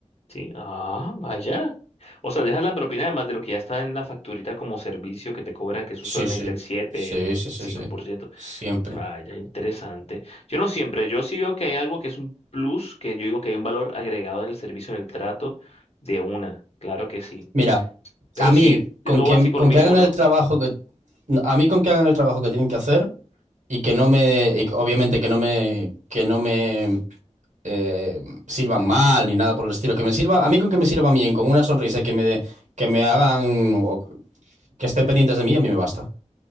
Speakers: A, on the left (about 55°); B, on the right (about 90°).
A: Sí, ah, vaya. O sea, dejas la propina además de lo que ya está en la facturita como servicio que te cobran, que es
B: Sí,
A: usualmente
B: sí,
A: el siete,
B: sí,
A: el
B: sí, sí,
A: cinco
B: sí,
A: por ciento.
B: siempre.
A: Vaya, interesante. Yo no siempre, yo sí veo que hay algo que es un plus, que yo digo que hay un valor agregado en el servicio, en el trato, de una, claro que sí.
B: Mira,
A: Pero
B: a
A: si
B: mí,
A: es
B: con
A: lo
B: que,
A: básico,
B: con
A: lo mínimo,
B: que hagan
A: no.
B: el trabajo que, a mí con que hagan el trabajo que tienen que hacer y que no me, y obviamente que no me, que no me eh, sirvan mal ni nada por el estilo. Que me sirva, a mí con que me sirvan bien, con una sonrisa y que me, que me hagan o que estén pendientes de mí, a mí me basta.